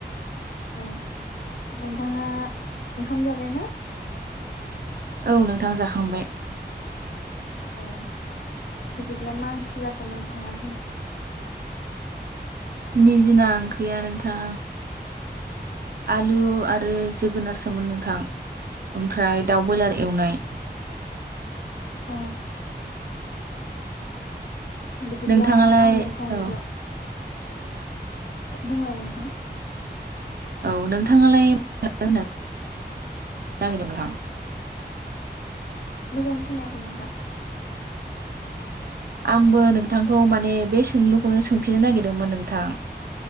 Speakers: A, on the left; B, on the right.
A: औ नोंथाङा ओंखाम जाबाय ना?
B: औ नोंथां जाखांबाय।
A: अ बिदि ब्ला मा ओंख्रि जाखो नोंथाङा दिनै?
B: दिनै जिना ओंख्रिया नोंथां आलु आरो जोगोनारसोमोन नोंथां ओमफ्राय दाउ बयलार एवनाय।
A: अ बिदिब्ला
B: नोंथाङालाय
A: आं नोंथां
B: औ
A: जो बुंलाय नोंथां।
B: औ नोंथाङालाय मा होननो नागिरदों नोंथां?
A: मोजां खोनायाखै नोंथां।
B: आंबो नोंथांखौ माने बे सोंलुखौनो सोंफिननो नागिरदोंमोन नोंथां।